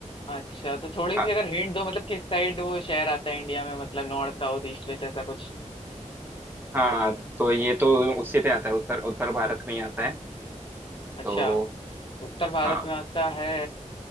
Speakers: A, on the left (about 45°); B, on the right (about 15°).
A: अच्छा तो थोड़ी
B: हाँ
A: सी अगर हिंट दो मतलब किस साइड वो शहर आता है इंडिया में मतलब नॉर्थ साउथ ईस्ट वेस्ट ऐसा कुछ
B: हाँ तो ये तो उसी पे आता है उत्तर उत्तर भारत में ही आता है
A: अच्छा
B: तो
A: उत्तर भारत
B: हाँ
A: में आता है